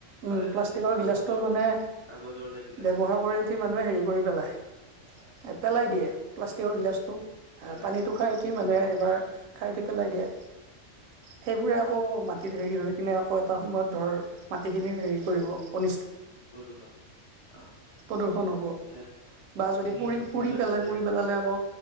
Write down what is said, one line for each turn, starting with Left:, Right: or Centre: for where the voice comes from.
Left: প্লাই-
Right: উম, প্লাষ্টিকৰ
Left: কাগজৰ
Right: গিলাচটো মানে
Left: কাগজৰ যে গিলাচ
Right: ব্যৱহাৰ
Left: চিলাচ ওলাইছে
Right: কৰি উঠি মানুহে হেৰি কৰি পেলাই। পেলাই দিয়ে প্লাষ্টিকৰ
Left: উম
Right: গিলাচটো এ
Left: পেলাই
Right: পানীটো
Left: দিয়া
Right: খাই উঠি মানুহে এবাৰ
Left: অ
Right: খাই উঠি পেলাই দিয়ে। সেইবোৰে
Left: উম
Right: আকৌ
Left: উম
Right: মাটিত হেৰি হৈ নে আকৌ এটা সময়ত ধৰ মাটিখিনি হেৰি কৰিব অন
Left: প্ৰদূষণ। অ
Right: প্ৰদূষণ হ'ব।
Left: এতিয়া
Right: বা যদি
Left: এই
Right: পুৰি-
Left: সেইটোৰ
Right: পুৰি
Left: জেগাত
Right: পেলাই
Left: যেন
Right: পুৰি পেলালে আকৌ